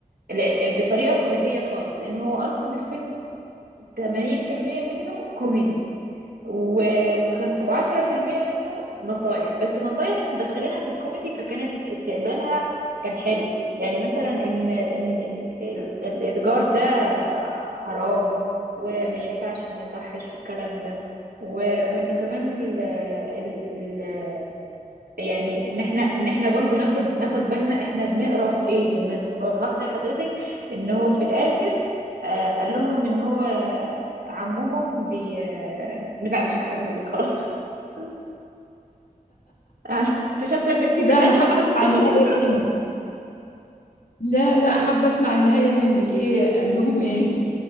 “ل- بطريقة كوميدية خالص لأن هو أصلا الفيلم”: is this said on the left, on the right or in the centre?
Right